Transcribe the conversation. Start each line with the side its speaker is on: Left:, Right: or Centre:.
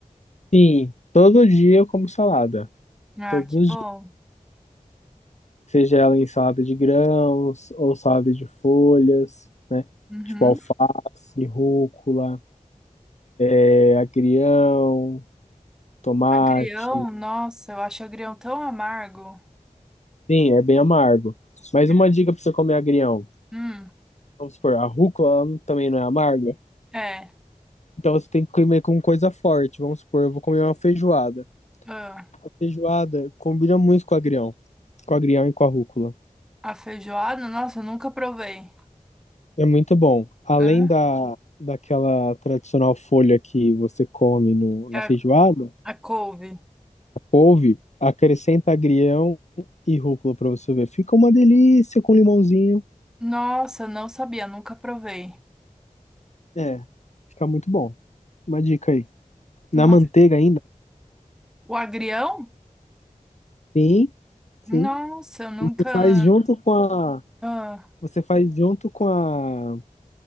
Left: Sim, todo dia eu como salada,
Centre: Ah,
Left: todos
Centre: que
Left: os
Centre: bom.
Left: dias. Seja ela em salada de grãos ou salada de folhas, né?
Centre: Uhum.
Left: Tipo alface, rúcula, é, agrião, tomate.
Centre: Agrião, nossa, eu acho agrião tão amargo.
Left: Sim, é bem amargo. Mas
Centre: É.
Left: uma dica para você comer agrião.
Centre: Hum,
Left: Vamos supor, a rúcula ela não- também não é amarga.
Centre: é.
Left: Então você tem que comer com coisa forte. Vamos supor, eu vou comer uma feijoada.
Centre: Ah,
Left: A feijoada combina muito com o agrião, com o agrião e com a rúcula.
Centre: a feijoada, nossa, eu nunca provei.
Left: É muito bom. Além
Centre: Hã?
Left: da, daquela tradicional folha que você come no,
Centre: É
Left: na
Centre: A,
Left: feijoada,
Centre: a couve.
Left: a couve, acrescenta agrião e rúcula pra você ver. Fica uma delícia com limãozinho.
Centre: Nossa, não sabia, nunca provei.
Left: É, fica muito bom. Uma dica aí. Na
Centre: Nossa,
Left: manteiga ainda?
Centre: o agrião?
Left: Sim, sim.
Centre: Nossa, eu nunca.
Left: Você faz junto com a,
Centre: Ah,
Left: você faz junto com a,